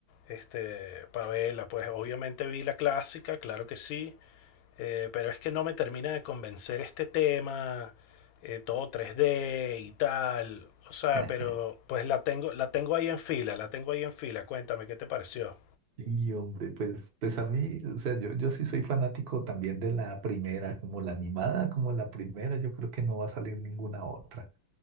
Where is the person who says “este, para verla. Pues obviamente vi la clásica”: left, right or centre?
Left